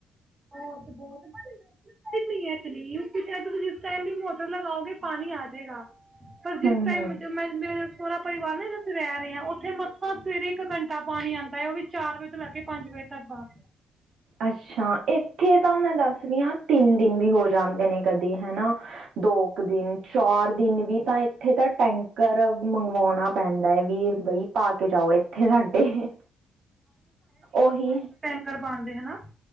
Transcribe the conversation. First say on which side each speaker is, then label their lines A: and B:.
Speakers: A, on the right; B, on the right.
A: ਆਹ ਤੇ ਬਹੁਤ ਬੜੀ <unintelligible> ਕਿਤਨੀ ਇਤਨੀ ਜਿਸ ਟਾਈਮ ਵੀ ਮੋਟਰ ਲਗਾਓਗੇ ਪਾਨੀ ਆ ਜੇਗਾ। ਪਰ ਜਿਸ
B: ਹਮ
A: ਟਾਈਮ
B: ਹਮ
A: ਜ ਮੈਂ ਮੇਰਾ ਸੋਹਰਾ ਪਰਿਵਾਰ ਜਿੱਥੇ ਅਸੀਂ ਰਹਿ ਰਹੇ ਆ ਉੱਥੇ ਮਸਾ ਸਵੇਰੇ ਇੱਕ ਘੰਟਾ ਪਾਣੀ ਆਂਦੈ ਉਹ ਵੀ ਚਾਰ ਵਜੇ ਤੋਂ ਲੈ ਕੇ ਪੰਜ ਵਜੇ ਤੱਕ ਬਾਪ
B: ਅੱਛਾ, ਇੱਥੇ ਤਾਂ ਮੈਂ ਦੱਸਰੀ ਆਂ ਤਿੰਨ ਦਿਨ ਵੀ ਹੋ ਜਾਂਦੇ ਨੇ ਕਦੀ ਹਨਾ। ਦੋ ਕੁ ਦਿਨ ਚਾਰ ਦਿਨ ਵੀ ਤਾਂ ਇੱਥੇ ਤਾਂ ਟੈਂਕਰ ਮੰਗਵਾਉਣਾ ਪੈਂਦੈ ਏ ਵੀ ਬਈ। ਪਾ ਕੇ ਜਾਓ ਇੱਥੇ ਸਾਡੇ ਉਹੀ
A: ਕਰਵਾਂਦੇ ਹਨਾ।